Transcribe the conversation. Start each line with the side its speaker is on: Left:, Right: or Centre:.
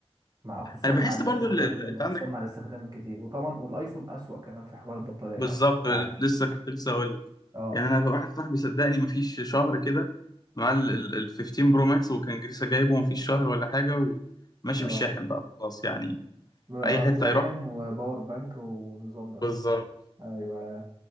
Right: مع خصوصا
Left: انا
Right: مع
Left: بحس
Right: الاستخدام
Left: برضو ال... ال... انت
Right: خصوصا
Left: عندك
Right: مع الاستخدام الكتير وطبعا والآيفون أسوأ كمان في حوار البطارية
Left: بالظبط
Right: عشان تبقى عارف
Left: لسه كنت لسه اقول لك
Right: اه
Left: يعني انا واحد صاحبي صدقني مفيش شهر كده مع ال ال- ال 15 برو ماكس وكان لسه جايبه مفيش شهر ولا حاجه وماشي
Right: اه
Left: بالشاحن بقى خلاص يعني
Right: اه
Left: اي حته
Right: شاحن
Left: يروح
Right: وباور بانك والنظام ده
Left: بالظبط
Right: ايوه